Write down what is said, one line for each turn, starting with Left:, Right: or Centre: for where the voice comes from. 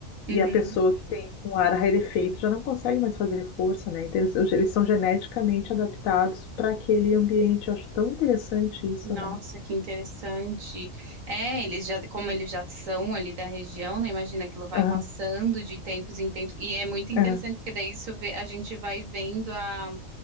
Right: uhum.
Left: E a pessoa que tem um ar rarefeito já não consegue mais fazer força, né? Então, eles, eles são geneticamente adaptados para aquele ambiente. Eu acho tão interessante isso,
Right: Nossa,
Left: né?
Right: que interessante. É, eles já, como eles já são ali da região, né? Imagina aquilo vai
Left: Aham,
Right: passando de tempos em tempos. E é muito interessante,
Left: aham,
Right: porque daí isso vê- a gente vai vendo a,